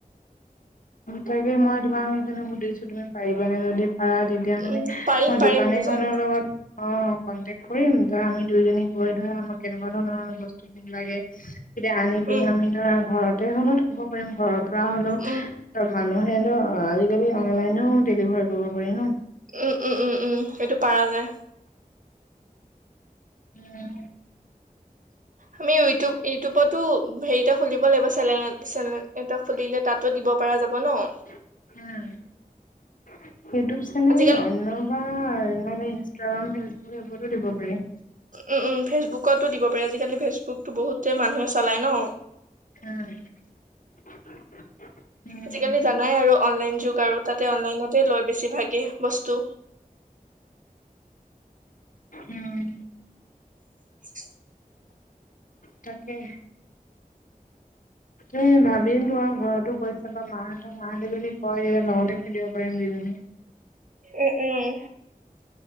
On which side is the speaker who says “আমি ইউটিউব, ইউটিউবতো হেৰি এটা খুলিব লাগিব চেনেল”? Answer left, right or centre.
Right